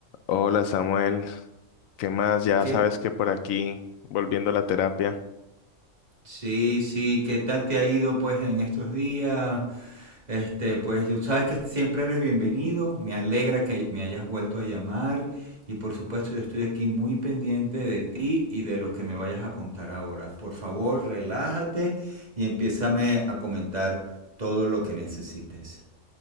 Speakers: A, on the left; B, on the right.
A: Hola Samuel, ¿qué más? Ya
B: ¿Qué?
A: sabes que por aquí, volviendo a la terapia.
B: Sí, sí, ¿qué tal te ha ido pues en estos días? Este, pues yo sabes que siempre eres bienvenido, me alegra que me hayas vuelto a llamar y por supuesto yo estoy aquí muy pendiente de ti y de lo que me vayas a contar ahora. Por favor, relájate y empiézame a comentar todo lo que necesites.